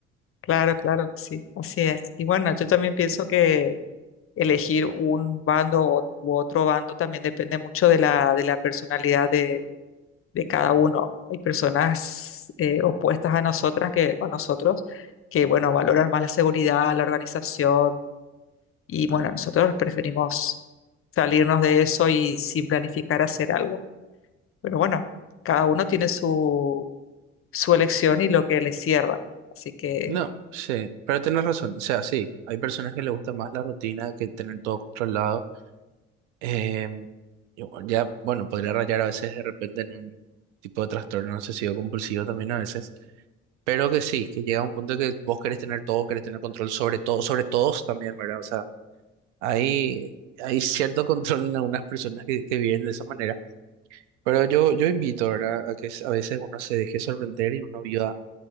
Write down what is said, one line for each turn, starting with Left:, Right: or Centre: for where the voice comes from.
Left: claro, claro que sí, así es. Y bueno, yo también pienso que elegir un bando o- u otro bando también depende mucho de la, de la personalidad de, de cada uno. Hay personas eh, opuestas a nosotras que, a nosotros que, bueno, valoran más la seguridad, la organización, Y bueno, nosotros preferimos salirnos de eso y sin planificar hacer algo. Pero bueno, cada uno tiene su, su elección y lo que le cierra. Así que,
Right: No, sí, pero tenés razón. O sea, sí, hay personas que les gusta más la rutina que tener todo controlado. Em, y bueno, ya, bueno, podría rayar a veces de repente en un tipo de trastorno obsesivo compulsivo también a veces. Pero que sí, que llega un punto que vos querés tener todo, querés tener control sobre todo, sobre todos también, ¿verdad? O sea, Hay, hay cierto control en algunas personas que, que viven de esa manera, pero yo, yo invito, ¿verdad? A que a veces uno se deje sorprender y uno viva,